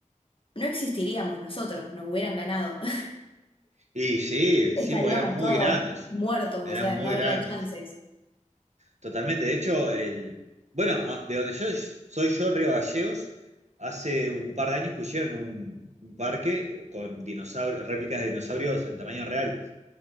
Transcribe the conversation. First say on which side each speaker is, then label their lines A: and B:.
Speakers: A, on the left; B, on the right.
A: no existiríamos nosotros, nos hubieran ganado. <laughs>
B: Y sí,
A: Estaríamos
B: sí, porque eran muy
A: todos
B: grandes.
A: muertos,
B: Eran
A: o sea,
B: muy
A: no habría
B: grandes.
A: chances.
B: Totalmente. De hecho, el, bueno, a- de donde yo soy yo, Río Gallegos, hace un par de años pusieron un, un parque con dinosaurios, réplicas de dinosaurios en tamaño real.